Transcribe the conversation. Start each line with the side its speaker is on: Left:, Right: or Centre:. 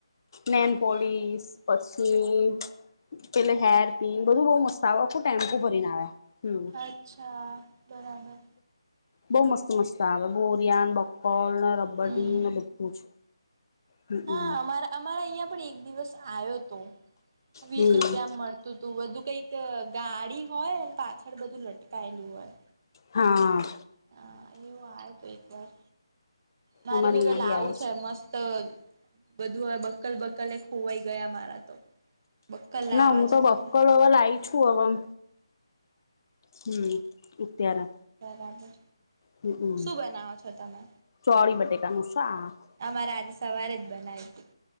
Left: નેલ પોલીસ
Right: હા
Left: પછી પેલ હેર પિન બધું બઉ મસ્ત આવે આખું ટાઈમપુ ભરીને આવે હમ્મ
Right: અચ્છા બરાબર.
Left: બઉ મસ્ત મસ્ત આવે બોરિયાન બકર ને રબર
Right: હમ
Left: ને બધું જ. હમમ
Right: હા અમારા અમારા અહિયાં પણ એક દિવસ આવ્યો હતો વીસ
Left: હમ
Right: રૂપિયા મળતો. તો તું બધું કઈક ગાડી હોય પાછળ બધું લટકાયેલું હોય.
Left: હા.
Right: હ એવું આ તો એક વાર મારે
Left: અમારે
Right: બી
Left: અહિયાં
Right: પેલા આવું
Left: આવે
Right: છે મસ્ત બધું બકલ બકલે ખોવાઈ ગયા મારા તો. બક્કલ લાવા
Left: ના હું
Right: છે
Left: તો બક્કર
Right: બધા
Left: હવે લાઈ છું હવેમ હમ્મ ઉત્ય્યારે
Right: બરાબર
Left: હમમ
Right: શું બનાવો છો તમે
Left: ચોળી બટેકાનું શાખ
Right: અમારે આજે સવારે જ બનાવી હતી.